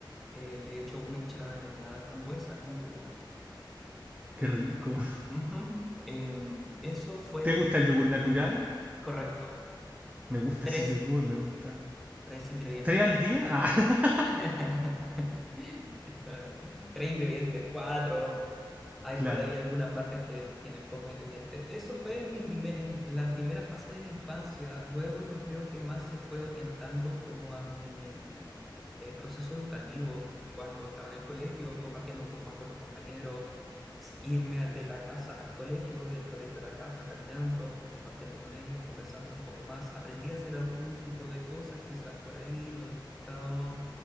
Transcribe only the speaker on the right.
Qué rico.
¿Te gusta el yogur natural?
Me gusta
ese yogur, me gusta.
¿Tres al
día? Ah, <laughs>
claro.